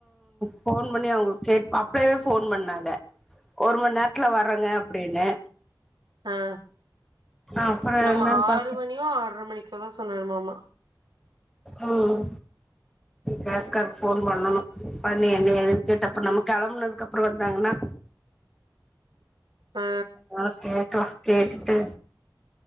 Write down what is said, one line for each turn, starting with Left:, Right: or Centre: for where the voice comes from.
Centre: ஃபோன் பண்ணி அவுங்களுக் கேட்பா அப்பயே ஃபோன் பண்ணாங்க ஒர் மண் நேரத்துல வறேங்க அப்டின்னு
Right: ஆ
Centre: அப்புறோ
Right: நம்ம
Centre: என்னன்னு
Right: ஆறு
Centre: பாத்தே
Right: மணியோ ஆற மணிக்கோ தா சொன்னரு மாமா
Centre: ம் கேஸ்காருக்கு ஃபோன் பண்ணணு பண்ணி என்ன ஏதுன்னு கேட்டு அப்பறே நம்ம கெளம்புனதுக்கு அப்புறோ வந்தாங்கன்னா
Right: ஆ
Centre: ஆ கேக்கலா கேட்டுட்டு